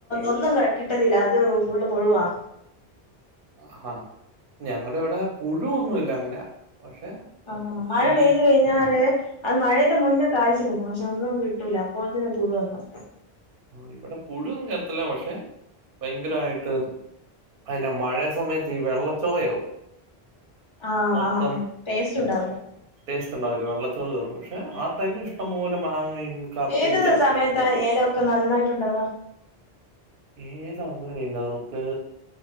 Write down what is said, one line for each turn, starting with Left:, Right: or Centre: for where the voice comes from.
Left: ഒന്നും കിട്ടത്തില്ല അത് ഫുള്ള് പൂഴുവാ
Right: ആഹ ഞങ്ങണ്ടിവിടെ പുഴൊന്നുല്ല അങ്ങനെ- പക്ഷെ
Left: ആഹ മഴ
Right: ഈ
Left: പെയ്തു കഴിഞ്ഞാല് അത് മഴന്റെ മുന്നേ കാഴ്ച- ത്തിന്നിക്കും പക്ഷെ ഒന്നും കിട്ടൂല അപ്പൊത്തിനും തുഴുവന്ന-
Right: ആ ഇവിടെ പുഴു ഒന്നും കേറത്തില്ല പക്ഷെ ഭയങ്കരായിട്ട്- അയ്ന്റെ മഴ സമയത്ത് ഈ വെള്ളചൊവയാവും.
Left: ആഹ്
Right: മൊത്തം
Left: ആഹ് ആഹ് ടേസ്റ്റ് ഉണ്ടാവില്ല
Right: ടെസ്റ്റ്ണ്ടാവില്ല വെള്ള ചൊവ കേറും പക്ഷെ ആ ടൈമി ഇഷ്ടം പോലെ മാങ്ങയും കപ്പയും
Left: ഏത്
Right: ചക്ക
Left: സമയത്താ ഏലൊക്കെ നന്നായ്ട്ടുണ്ടാവാ.
Right: ഏതാ അങ്ങനെല്ല നമുക്ക്